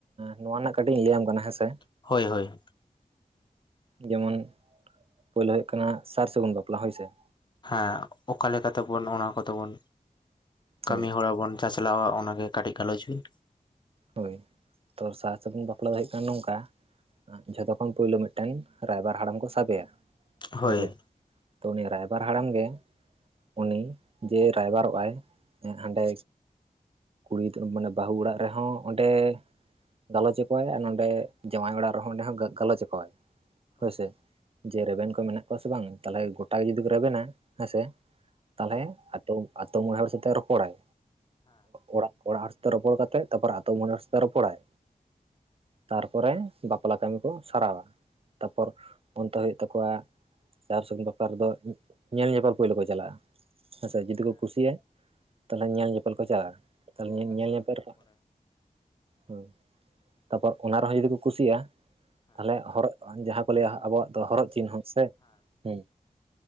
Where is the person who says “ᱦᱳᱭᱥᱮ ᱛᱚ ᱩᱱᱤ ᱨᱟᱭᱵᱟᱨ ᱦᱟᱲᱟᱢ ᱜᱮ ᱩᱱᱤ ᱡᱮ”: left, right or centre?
Right